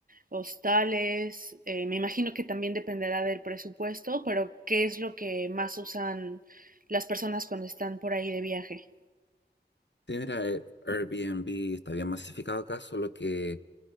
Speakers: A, on the right; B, on the left.
A: hostales? Eh, me imagino que también dependerá del presupuesto, pero ¿qué es lo que más usan las personas cuando están por ahí de viaje?
B: Sí, mira, eh, Airbnb está bien masificado acá, solo que